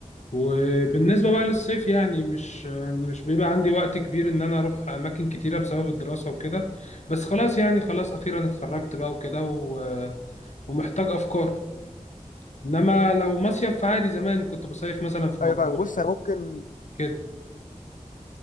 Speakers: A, on the left; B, on the left.
A: وبالنسبة بقى للصيف يعني مش مش بيبقى عندي وقت كبير ان انا اروح اماكن كتيرة بسبب الدراسة وكده بس خلاص يعني خلاص اخيرا اتخرجت بقى وكده و... ومحتاج افكار انما لو مصيف فعادي زمان كنت بصيف مثلا في
B: ايوه
A: مطروح
B: فاهم بص انا ممكن
A: كده